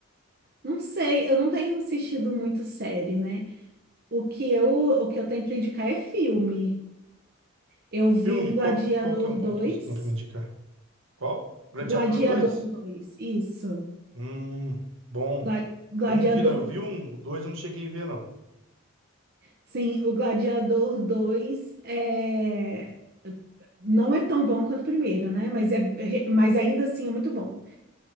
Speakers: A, on the right (about 50°); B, on the right (about 65°).
A: não sei, eu não tenho assistido muito série, né? O que eu, o que eu tenho pra indicar é filme. Eu vi
B: Filme,
A: Gladiador
B: qual que, qual que é um
A: dois
B: bom que você tem pra me indicar? Qual? Gladiador
A: Gladiador
B: dois
A: dois isso.
B: Hum, bom.
A: Gla- Gladiador
B: Eu não vi, não. Eu vi um, o dois eu não cheguei a ver, não.
A: Sim, o Gladiador dois é... não é tão bom quanto o primeiro, né? Mas, é... Mas ainda assim é muito bom.